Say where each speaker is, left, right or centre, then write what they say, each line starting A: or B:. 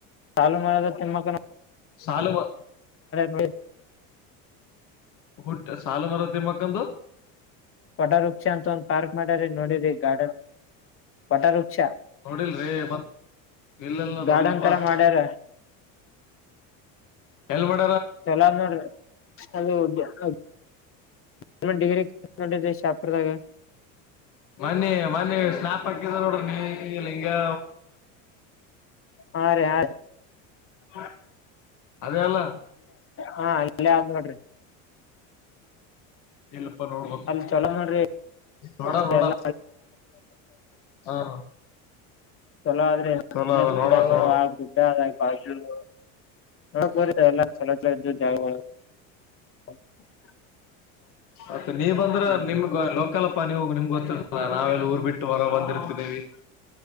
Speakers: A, on the left; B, on the left.
A: ಸಾಲು ಮರದ ತಿಮಕ್ಕ
B: ಸಾಲು ಮ
A: ನೋಡಿ
B: ಹುಟ್ಟ ಸಾಲು ಮರದ ತಿಮ್ಮಕ್ಕಂದು
A: ಪಟ ವೃಕ್ಷ ಅಂತ ಒಂದ ಪಾರ್ಕ್ ಮಾಡ್ಯಾರ ನೋಡರಿಿ ಗಾರ್ಡನ್ ಪಟ ವೃಕ್ಷ
B: ನೋಡಿಲ್ರಿ ಮತ್ ಇಲ್ಲೆಲ್ಲ
A: ಗಾರ್ಡನ್
B: ನೋಡಿಲ್ಪಾ
A: ತರ ಮಾಡ್ಯಾರ
B: ಎಲ್ ಮಾಡ
A: ಚಲ್ ನೋಡ್ರಿ ಅ ಗರ್ೆಂಟ್ ಡಿಗ್ರಿ ಶಾಪುರ್ದಾಗ
B: ಮನೆಿ ಮನೆಿ ಸ್ನಾಾಪ ಹಕಿದ ನೋಡ್ರಿ ನೀ ಲಂಗಾ
A: ಹಾ ರೇ ಆ
B: ಹ ಅದೇ ಅಲ್ಲ
A: ಹಾ ಇಲ್ಲ್ ಮಾಡ್ರಿ
B: ಎಲ್ಲ ನೋಡ್ಬ
A: ಅಲ್ಲಿ ಚಲೋ ನೋಡಿರಿ
B: ಮಡ ಮಡ
A: ಎಲ್ಲ
B: ಹಾ ಹ
A: ಚಲೋ ಆದ್ರೆ ಮನ
B: ಚಲೋ
A: ಗಿಡ
B: ನೋಡಕ್ ನೋಡಕ್
A: ದುಡ್ಡ ಆದ <unintelligible> ಹಾ ಬರಿತ ಎಲ್ಲ ಚಲ್ದ ಜಾವ ಹೌ <inaudible>
B: ಅತ ನೀವ ಬಂದ್ರ ನಿಮ್ಗ ಲೋಕಲ್ಪ್ಪ ನೀವು ನಿಮ್ಗೆ ಗೊತ್ತಿರ್ತಲ್ಲ ನಾವ ಎಲ್ಲಿ ಊರ್ ಬಿಟ್ಟು ಹೊರ ಬಂದಿರ್ತಿದೀವಿ